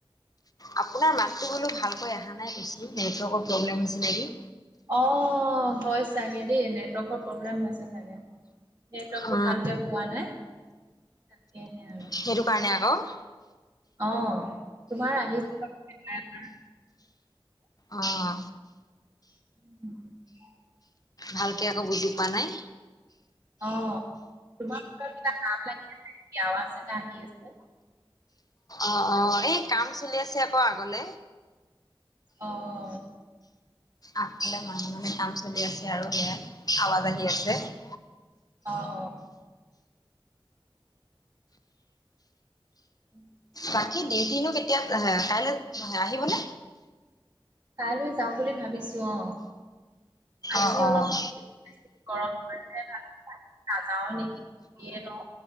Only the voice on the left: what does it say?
আপোনাৰ মাতটো ব'লো ভালকৈ অহা নাই বেছি নেটৱৰ্কৰ প্ৰব্লেম হৈছে নেকি
অ
সেইটো কাৰণে আক
অঁ।
ভালকে আকৌ বুজি পোৱা নাই।
অঁ অঁ এই কাম চলি আছে আকৌ আগলে।
আগফালে মানুহে মানে কাম চলি আছে আৰু সেয়া আৱাজ আহি আছে। <unintelligible>
বাকী দিউটিনো কেতিয়া হে কাইলে আহিবনে?
অ', অ',